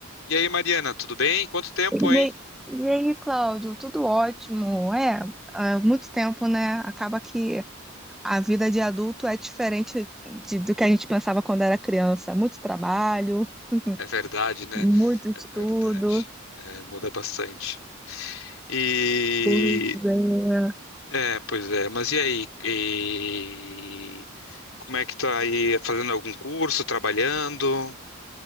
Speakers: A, on the left; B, in the centre.
A: E aí, Mariana, tudo bem? Quanto tempo,
B: E
A: hein?
B: aí, e aí, Cláudio, tudo ótimo. É, há muito tempo, né? Acaba que a vida de adulto é diferente de- do que a gente pensava quando era criança. Muito trabalho, <laughs>
A: É verdade, né?
B: muito estudo.
A: É verdade. É, muda bastante. E
B: Pois é.
A: é, pois é. Mas e aí? E... Como é que tá aí? Fazendo algum curso? Trabalhando?